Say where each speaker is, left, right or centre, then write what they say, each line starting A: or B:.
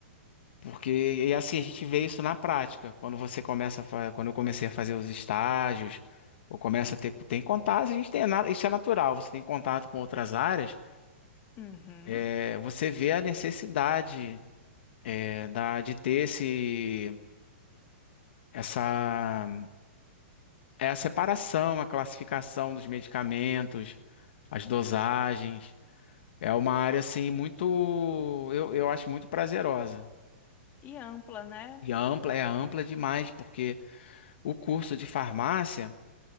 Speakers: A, on the left; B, on the left.
A: Porque, e assim, a gente vê isso na prática. Quando você começa a, fa- quando eu comecei a fazer os estágios, ou começa a ter, tem contato, a gente tem, é na- isso é natural, você tem contato com outras áreas,
B: Uhum.
A: é, você vê a necessidade, é, da, de ter esse, essa, é a separação, a classificação dos medicamentos, as dosagens. É uma área, assim, muito, eu, eu acho muito prazerosa.
B: E ampla, né?
A: E é ampla, é ampla demais, porque o curso de farmácia.